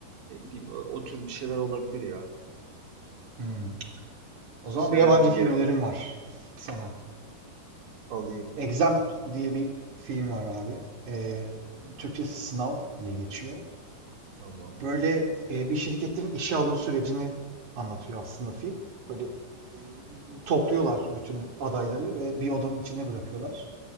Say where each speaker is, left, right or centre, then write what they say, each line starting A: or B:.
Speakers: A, on the right; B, on the right.
A: ne bileyim o, o tür bir şeyler olabilir ya.
B: Hmm. O zaman
A: Severim
B: bir yabancı film
A: geri
B: önerim var sana.
A: alayım.
B: Exam
A: Lütfen.
B: diye bir film var abi. Ee, Türkçesi Sınav diye geçiyor.
A: Tamam.
B: Böyle e, bir şirketin işe alım sürecini anlatıyor aslında film. Böyle e, topluyorlar bütün adayları ve bir odanın içine bırakıyorlar.